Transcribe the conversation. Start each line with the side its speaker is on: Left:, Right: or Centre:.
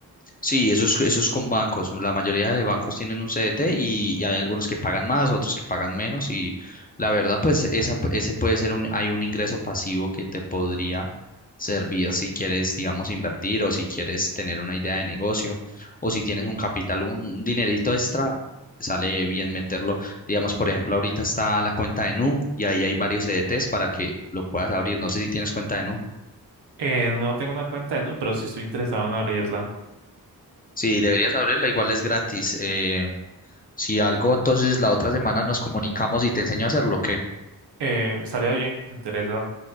Left: Sí, eso es, eso es con bancos. La mayoría de bancos tienen un CDT y, y hay algunos que pagan más, otros que pagan menos. Y la verdad, pues esa, ese puede ser un, hay un ingreso pasivo que te podría servir si quieres, digamos, invertir o si quieres tener una idea de negocio o si tienes un capital, un, un dinerito extra, sale bien meterlo. Digamos, por ejemplo, ahorita está la cuenta de Nu y ahí hay varios CDTs para que lo puedas abrir. No sé si tienes cuenta de Nu.
Right: Eh, no tengo una cuenta en Nu, pero sí estoy interesado en abrirla.
Left: Sí, deberías abrirla, igual es gratis. Eh, Si algo, entonces la otra semana nos comunicamos y te enseño a hacerlo, ¿ok?
Right: Eh, estaría bien, me interesa.